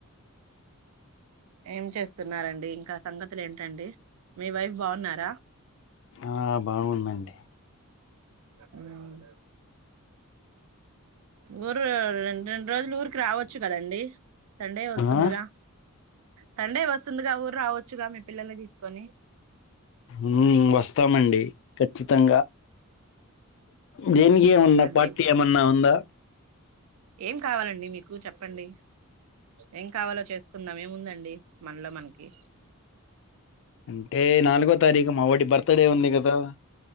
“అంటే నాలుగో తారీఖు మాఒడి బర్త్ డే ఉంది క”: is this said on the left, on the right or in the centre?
Left